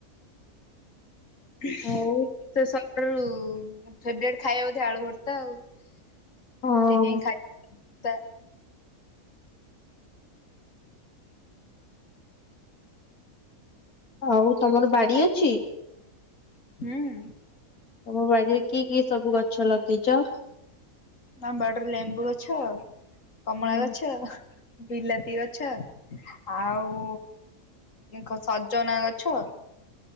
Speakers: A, on the left; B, on the left.
A: ସ।
B: ଆଉ
A: ଫେବ୍ରେଟ ଖାଇବା ବୋଧେ ଆଳୁ ଭର୍ତ୍ତା ଆଉ ସେଇଥିପାଇଁ
B: ହଁ
A: ଖାଇବା ତ
B: ଆଉ ତମର ବାଡ଼ି ଅଛି?
A: ହୁଁ।
B: ତମ ବାଡିରେ କି କି ସବୁ ଗଛ ଲଗେଇଚ?
A: ନା ବାଡିରେ ଲେମ୍ବୁ ଗଛ କମଳା
B: ହୁଁ
A: ଗଛ। ବିଲାତି ଗଛ ଆଉ ଖ ସଜନା ଗଛ।